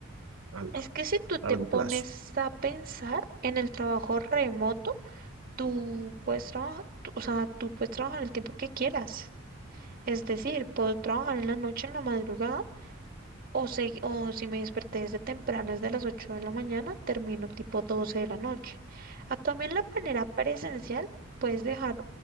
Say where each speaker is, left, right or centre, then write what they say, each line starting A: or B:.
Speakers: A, on the right; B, on the right.
A: a, la-
B: Es que si tú te
A: a largo
B: pones
A: plazo.
B: a pensar en el trabajo remoto, tú puedes trabajar, o sea, tú puedes trabajar el tiempo que quieras. Es decir, puedo trabajar en la noche, en la madrugada, o, se- o si me desperté desde temprano, desde las 8 de la mañana, termino tipo 12 de la noche. A También la manera presencial, puedes dejar